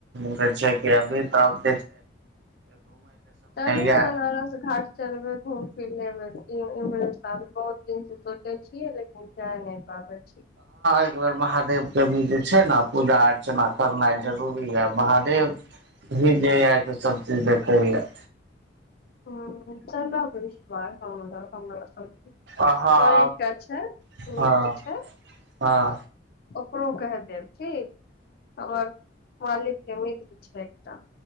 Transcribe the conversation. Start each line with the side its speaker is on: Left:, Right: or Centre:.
Right: जे छै अभी त
Left: चलू
Right: या
Left: बनारस घाट चलबै घूम फिर लेबै इम्हरे सा बहुत दिन से सोचे छियै लेकिन जाय नहि पाबै छी
Right: एकबेर महादेवके छै ने पूजा अर्चना करनाइ जरुर महादेव भी जे ययके सब चीज देखे ह
Left: ह चल भ हम ओर
Right: अहाँ
Left: एकटा छै
Right: हँ
Left: जे छै
Right: हँ
Left: ओकरो केह देब ठ हमर मालिक के मित्र छै एकटा